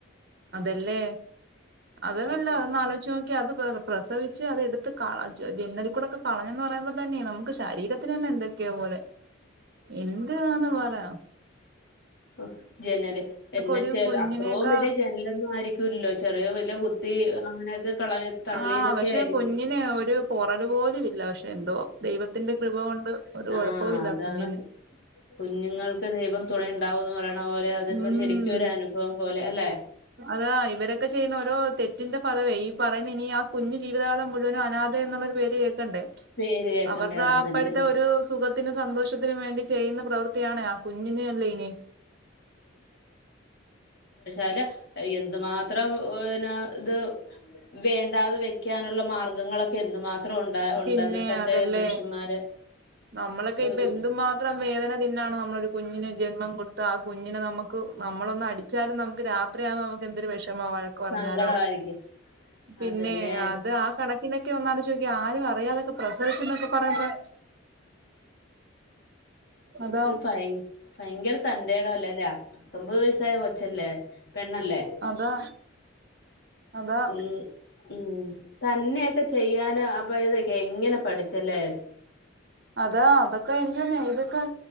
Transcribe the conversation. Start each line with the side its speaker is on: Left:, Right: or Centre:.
Right: അതല്ലേ അതല്ല
Left: ആ
Right: അതന്ന് ആലോചിച്ച് നോക്കി അത് പ്രസവിച്ച് അത്ടുത്ത് ജെന്നലിക്കൂടെൊക്കെ കളഞ്ഞന്ന് പറയുമ്പോൾ തന്നെയ നമുക്ക് ശരീരത്തിന് തന്നെ എന്തൊക്കെയാ പോലെ എന്താന്ന് പറയാ
Left: ആഹ് ജനല് എന്നെ
Right: ഒരു
Left: ചെറ
Right: കുഞ്ഞിനെയൊക്കെ
Left: അത്രയും വലിയ ജനലൊന്നും ആയിരിക്കുമല്ലോ ചെറിയ വലിയ അങ്ങനെയൊക്കെ കളയ തള്ളിയതൊക്കെ
Right: ആഹ് പക്ഷെ
Left: ആയിരിക്കും
Right: കുഞ്ഞിനെ ഒരു പോറൽ പോലും ഇല്ല പക്ഷെ എന്തോ ദൈവത്തിന്റെ കൃപ കൊണ്ട് ഒരു
Left: ആഹ്
Right: കുഴപ്പവും ഇല്ല
Left: അതാണ്
Right: കുഞ്ഞിന്
Left: കുഞ്ഞുങ്ങൾക്ക് ദൈവം തുണ ഉണ്ടാവുംന്ന് പറയാ <unintelligible> അതിപ്പോ
Right: ഉം
Left: ശരിക്കും ഒരു അനുഭവം പോലെ അല്ലെ അല്ലേ
Right: അതാ ഇവരൊക്കെ ചെയ്യുന്ന ഓരോ തെറ്റിന്റെ ഫലവേ ഈ പറയുന്ന ഇനി ആ കുഞ്ഞു ജീതകാലം മുഴുവും അനാഥ എന്നുള്ളൊരു പേര് കേ ക്കണ്ടെ
Left: പേര് കേക്കണ്ടേ
Right: അവരുടെ
Left: അത്
Right: അപ്പഴത്തെ
Left: തന്നെ
Right: ഒരു സുഖ സുഖത്തിനും സന്തോഷത്തിനും വേണ്ടി ചെയ്യുന്ന പ്രവൃത്തിയാണേ ആ കുഞ്ഞിനെ അല്ലേ ഇനി
Left: ല്ല എന്തുമാ ത്രം ഇത് വേണ്ടാതെ വെക്കാനുള്ള മാർഗങ്ങളൊക്കെ എന്തുമാത്രം ഉണ്ട ഉണ്ടെന്നിട്ടൊക്കെ
Right: പിന്നെ അതല്ലേ
Left: മനുഷ്യന്മാര്
Right: നമ്മളൊക്കെ ഇപ്പൊ
Left: ഒരു
Right: എന്തുമാത്രം വേദന തിന്നാണ് നമ്മളൊരു കുഞ്ഞിന് ജന്മം കൊടുത്ത കുഞ്ഞിനെ നമുക്ക് നമ്മളൊന്ന അടിച്ചാലും നമുക്ക് രാത്രിയാവുമ്പോ നമുക്ക് എന്തൊരു വിഷമാ വഴക്ക് പറഞ്ഞാലോ
Left: സങ്കടമായിരിക്കും
Right: പിന്നെ
Left: അതന്നെ
Right: അത് ആ സ ഇതിനൊക്കെ ഒന്നാമത് ചോ ആരും അറിയാതൊക്കെ പ്രസവിച്ചു എന്നൊക്കെ പറയുമ്പം അതാ
Left: ഒരു ഭയ <unintelligible> ഭയങ്കര തൻന്റെടല്ലേല ആ പത്തൊൻപത് വയസ്സായ കൊച്ചല്ലേ പെണ്ണല്ലേ
Right: അതാ അതാ
Left: ഉം ഉം തന്നെയൊക്കെ ചെയ്യാന് അപ്പൊതൊക്കെ എങ്ങനെപഠിച്ചല്ലേ
Right: അതാ അതൊക്കെ എനിക്ക് തോ ഇതൊക്കെ